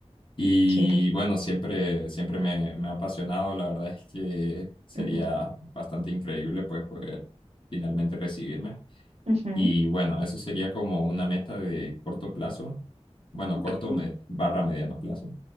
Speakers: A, on the left; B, on the right.
A: Y
B: Quiero. ir.
A: bueno, siempre, siempre me, me ha apasionado. La verdad es que sería
B: Ujú,
A: bastante increíble, pues, poder finalmente recibirme.
B: ujú,
A: Y bueno, eso sería como una meta de corto plazo. Bueno,
B: Ok.
A: corto me- barra mediano plazo.